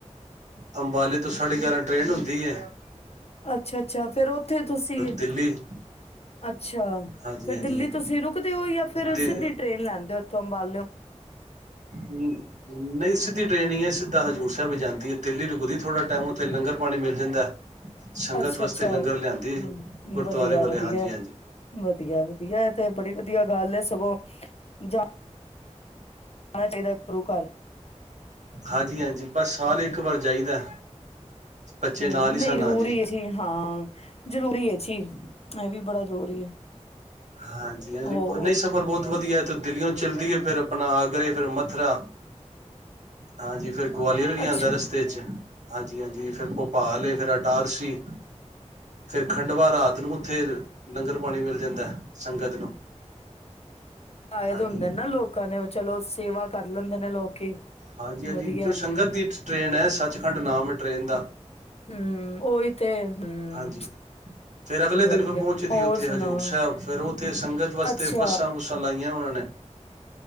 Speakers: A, on the right (about 75°); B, on the left (about 55°).
A: ਅੰਬਾਲੇ ਦ ਤੋਂ ਸਾਡੇ ਗਿਆਰ ਟ੍ਰੇਨ ਹਦੀ ਹੈ ਹ <inaudible>
B: ਅੱਛਾ ਅੱਛਾ ਫੇਰ ਉੱਥੇ ਤੁਸੀਂ
A: ਦਿੱਲੀ
B: ਅੱਛਾ
A: ਹਾਂਜੀ
B: ਫਿਰ
A: ਹਾਂਜੀ
B: ਦਿੱਲੀ ਤੁਸੀਂ ਰੁਕਦੇ ਹੋ ਜਾਂ ਫਿਰ
A: ਤੇ
B: ਸਿੱਧੀ ਟ੍ਰੇਨ ਲੈਂਦੇ ਹੋ ਉੱਥੋਂ ਅੰਬਾਲਿਓ
A: ਹਮ ਨਹੀਂ ਸਿੱਧੀ ਟਰੇੇਨ ਹੈ ਸਿੱਧਾ ਹਜ਼ੂਰ ਸਾਹਿਬ ਜਾਂਦੀ ਹੈ ਤਿੱਲੀ ਰੁਕਦੀ ੋੜਾ ਟਾਈਮੱਥੇ ਲੰਰ ਪਾਣੀ ਮਿਲ ਜਾਂਦਾ ਸੰਗਤ
B: ਅੱਛਾ
A: ਵਾਸਤੇ
B: ਅੱਛਾ
A: ਲੰਗਰ
B: ਹ
A: ਲਿਆਂਦੀ ਗੁਰਦੁਆਰੇ
B: ਵਧੀਆ
A: ਵਾਲੇ
B: ਵਧੀਆ
A: ਹਾਂਜੀ ਹਾਂਜੀ
B: ਵਧੀਆ ਵਧੀਆ ਤੇ ਬੜੀ ਵਧੀਆ ਗੱਲ ਹੈ ਸਗੋਂ ਜਾ ਆਣਾ ਚਾਹੀਦਾ ਗੁਰੂ ਘਰ
A: ਹਾਂਜੀ ਹਾਂਜੀ ਬਸ ਸਾਲ ਇੱਕ ਵਾਰ ਜਾਈਦਾ ਬੱਚੇ
B: ਹਮ
A: ਨਾਲ ਹੀ
B: ਨਹੀਂ
A: ਸਨ
B: ਜ਼ਰੂ
A: ਹਾਂਜੀ
B: ਹੀ ਅਸੀ ਹਾਂ ਜ਼ਰੂਰੀ ਹੈ ਜੀ ਇਹ ਵੀ ਬੜਾ ਜ਼ਰੂਰੀ ਹੈ
A: ਹਾਂਜੀ ਹਾਂਜੀ
B: ਹੋਰ
A: ਨਹੀਂ ਸਫ਼ਰ ਬਹੁਤ ਵਧੀਆ ਇਥੇ ਦਿੱਲੀਓ ਚੱਲਦੀਏ ਫੇਿਰ ਆਪਣਾ ਆਗਰੇ ਫਿਰ ਮਥੁਰਾ ਹਾਂਜੀ ਫਿਰ ਗਵਾਲੀਅਰ ਵੀ
B: ਅੱਛਾ
A: ਆਉਦਾ ਰਸਤੇ ' ਹਾਂਜੀ ਹਾਂਜੀ ਫਿਰ ਭੋਪਾਲੇ ਫਿਰ ਅਟਾਰਸੀ ਫਿਰ ਖੰਡਵਾ ਰਾਤ ਨੂੰ ਉੱਥੇ ਲੰਗਰ ਪਾਣੀ ਮਿਲ ਜਾਂਦਾ ਸੰਗਤ ਨੂੰ
B: ਾਇਦ
A: ਹਾਂਜੀ
B: ਹੁੰਦੇ ਨਾ ਲੋਕਾਂ ਨੇ ਚਲੋ ਸੇਵਾ ਕਰ ਲੈਂਦੇ ਨੇ ਲੋਕੀਂ
A: ਹਾਂਜੀ ਹਾਂਜੀ
B: ਵਧੀਆ
A: ਕਿਉਂ ਸੰਗਤ ਦੀ ਟ੍ਰੇਨ ਹੈ ਸੱਚਖੰਡ ਨਾਮ ਹੈ ਟ੍ਰੇਨ ਦਾ
B: ਹਮ ਉਓਹੀ ਤੇ ਹੂੰ
A: ਹਾਂਜੀ ਫੇਿਰ ਅਗਲੇ ਦਿਨ
B: ਵਧੀਆ
A: ਫਿਰ ਪਹੁੰਚਦੀ
B: ਹੋਰ
A: ਉੱਥੇ
B: ਸੁਣਾਓ
A: ਹਜ਼ੂਰ ਸਾਹਿਬ ਫੇਿਰ ਉੱਥੇ ਸੰਗਤ ਵਾਸਤੇ
B: ਅੱਛਾ
A: ਬੱਸਾਂ ਬੁੱਸਾਂ ਲਾਈਆਂ ਉਹਨਾਂ ਨੇ